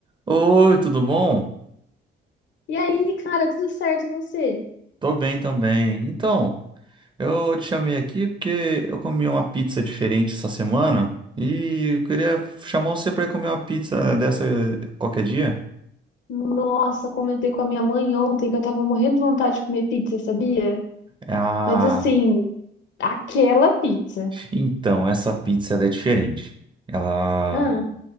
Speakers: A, on the right; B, on the left.
A: Oi, tudo bom?
B: E aí, cara, tudo certo, e você?
A: Tô bem também. Então, eu te chamei aqui porque eu comi uma pizza diferente essa semana e eu queria chamar você para comer uma pizza eh, dessa qualquer dia.
B: Nossa, comentei com a minha mãe ontem que eu tava morrendo de vontade de comer pizza, sabia?
A: Ah,
B: Mas assim, aquela pizza.
A: então, essa pizza ela é diferente. Ela
B: Ah,